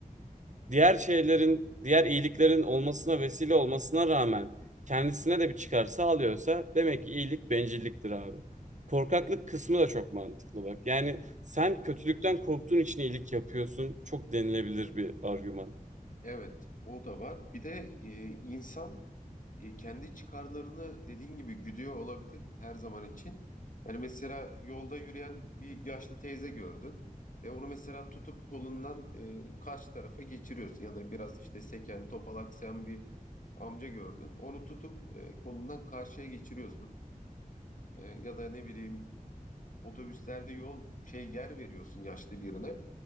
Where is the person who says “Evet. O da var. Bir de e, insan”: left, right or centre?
Left